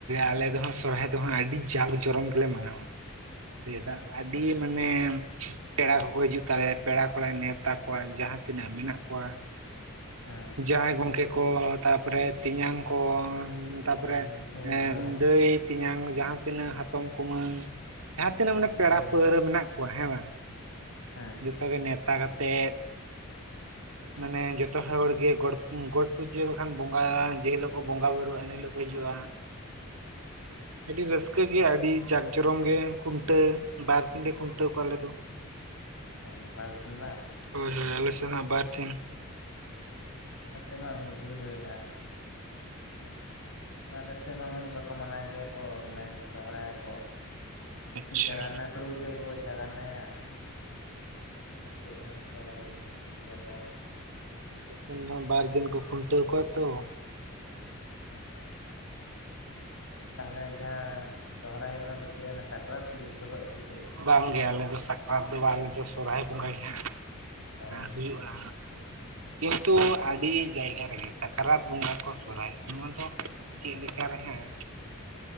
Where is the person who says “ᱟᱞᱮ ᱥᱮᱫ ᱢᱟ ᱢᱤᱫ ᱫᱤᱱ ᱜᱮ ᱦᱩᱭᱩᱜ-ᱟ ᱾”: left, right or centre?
Left